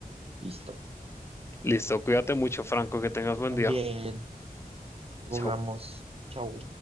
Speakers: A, on the right (about 40°); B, on the left (about 15°).
A: Listo.
B: Listo, cuídate mucho, Franco, que tengas buen
A: También,
B: día.
A: luego
B: Chao.
A: hablamos, chau.